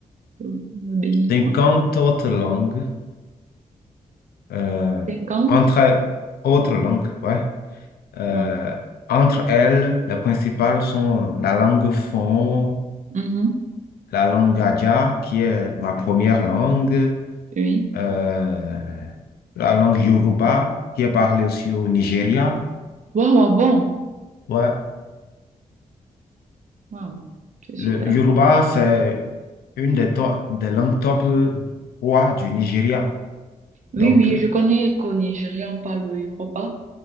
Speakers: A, on the right; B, on the left.
A: Le le béninois?
B: 50 autres langues. euh,
A: cinquante
B: entre autres langues, ouais. Euh,
A: Ouais.
B: entre elles, les principales sont la langue fon,
A: Mhm.
B: la langue Gadja, qui est ma première langue,
A: Oui.
B: euh, la langue Yoruba, qui est parlée aussi au Nigeria.
A: Waouh, waouh, bon.
B: Ouais.
A: Waouh, c'est super
B: Le Yoruba,
A: ça.
B: c'est une des, to- des langues top 3 du Nigeria.
A: Oui,
B: Donc,
A: oui,
B: euh,
A: je connais qu'au Nigeria, on parle le Yoruba.